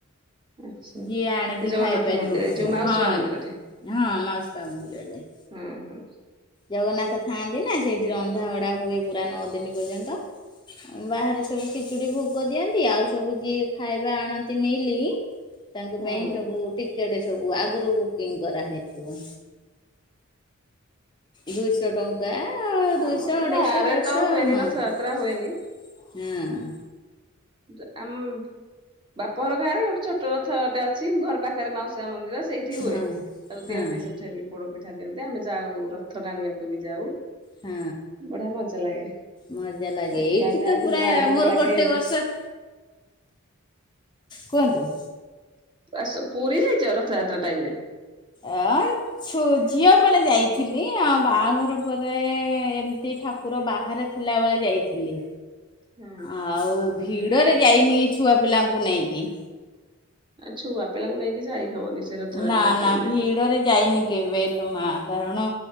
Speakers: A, on the right; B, on the left.
A: ଆଚ୍ଛା।
B: ଯିଏ ଆଣିକି
A: ସେ ଜଗନ୍ନାଥ
B: ଖାଇପାରିବ
A: ମନ୍ଦିର ଏଇ
B: ଘରେ
A: ଯୋଉ ମାଉସୀ
B: ହଁ
A: ମା ମନ୍ଦିରଠେ
B: ହଁ ମାଉସିତା ମନ୍ଦିରରେ।
A: ହୁଁ ହୁଁ।
B: ଜଗନ୍ନାଥ ଥାଆନ୍ତି ନା ସେଇଠି ରନ୍ଧା ବଢା ହୁଏ ପୁରା ନଅ ଦିନ ପର୍ଯ୍ୟନ୍ତ। ବାହାରେ ସବୁ ଖିଚୁଡି ଭୋଗ ଦିଅନ୍ତି ଆଉ ସବୁ ଯିଏ ଖାଇବା ଆଣନ୍ତି ମିଲ ତାଙ୍କ
A: ହୁଁ
B: ପାଇଁ ସବୁ ଟିକେଟ ସବୁ ଆଗରୁ ବୁକିଂ କରାହେଇଥିବ। ଦୁଇଶହ ଟଙ୍କା ଦୁଇଶହ
A: ଆମର
B: ଅଢେଇଶହ
A: ଗାଁରେ
B: ଦେଢଶହ
A: ତ ହୁଏନି
B: ହଁ।
A: ରଥଯାତ୍ରା ହୁଏନି
B: ହୁଁ।
A: ଯା ଆମ ବାପ ଘର ଗାଁରେ ଗୋଟେ ଛୋଟ ରଥଟେ ଅଛି ଘର ପାଖରେ ମାଉସୀମା ମନ୍ଦିର ସେଇଠି ହୁଏ
B: ହଁ
A: ଆଉ
B: ହଁ
A: ଦିଅନ୍ତି ସେଠି ବି ପୋଡପିଠା ଦିଅନ୍ତି ଆମେ ଯାଉ ରଥ ଟାଣିବାକୁ ବି ଯାଉ।
B: ହଁ।
A: ବଢିଆ ମଜା ଲାଗେ।
B: ମଜା ଲାଗେ
A: ରଥ
B: ଏଇଠି
A: ଟାଣିବାକୁ
B: ତ ପୁରା
A: ଯୋଉ ଆନନ୍ଦ
B: ମୋର
A: ଲାଗେ।
B: ଗୋଟେ ବର୍ଷ କୁହନ୍ତୁ?
A: ଆସ ପୁରୀ ଯାଇଚ ରଥଯାତ୍ରା ଟାଇମ ରେ?
B: ଆଁ ଛୁ ଝିଅ ବେଳେ ଯାଇଥିଲି ଆଉ ବାହାଘର ପରେ ଏମ୍ ତି ଠାକୁ କୁର ବାହାରେ ଥିଲାବେଳେ ଯାଇଥିଲି।
A: ହଁ
B: ଆଉ ଭିଡରେ ଯାଇନି ଛୁଆ ପିଲାଙ୍କୁ ନେଇକି।
A: ଆଉ ଛୁଆ ପିଲାଙ୍କୁ ନେଇକି ଯାଇ ହବନି। ସେ ରଥଯାତ୍ରା
B: ନା
A: ଟାଇମ
B: ନା
A: ରେ।
B: ଭିଡରେ ଯାଇନି କେବେଲ ମା କାରଣ